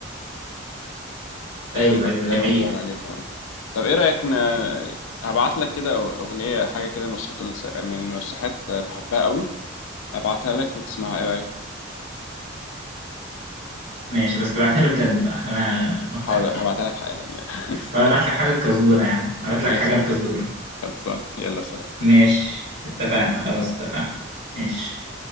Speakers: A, on the right; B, on the left.
A: أيوه
B: دايما
A: أيوه
B: دايما
A: دي حقيقة
B: بدور عليه فاهم قصدك طب ايه رايك ن... هبعت لك كده اغنيه حاجه كده مرشحات ونس- من مرشحات بحبها قوي هبعتها لك وتسمعها ايه رايك
A: ماشي بس تبعتها لي بجد بقى عشان أنا مهتم
B: حاضر
A: يعني
B: هبعتها لك حالا يعني <laughs> سلام
A: وأنا بعت لك حاجة القزدورة يا عم أبعت لك
B: ماشي
A: حاجة القزدورة
B: يعني. خلصان يلا سلام
A: ماشي اتفقنا خلاص اتفقنا ماشي